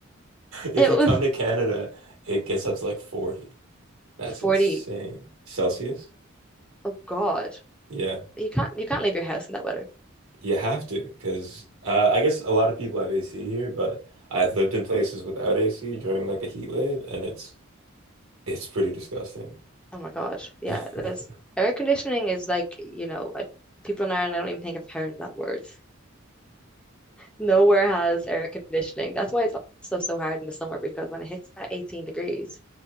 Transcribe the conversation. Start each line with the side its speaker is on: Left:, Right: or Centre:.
Right: If
Centre: It
Right: you come
Centre: was
Right: to Canada, it gets up to like 40. That's
Centre: 40.
Right: insane. Celsius?
Centre: Oh God.
Right: Yeah.
Centre: You can't you can't leave your house in that weather.
Right: You have to, because uh, I guess a lot of people have AC here, but I've lived in places without AC during like a heat wave, and it's it's pretty disgusting.
Centre: Oh my God. Yeah,
Right: <laughs>
Centre: there's air conditioning is like, you know, I, people in Ireland I don't even think I've heard of that word. Nowhere has air conditioning. That's why it's also so hard in the summer because when it hits that 18 degrees,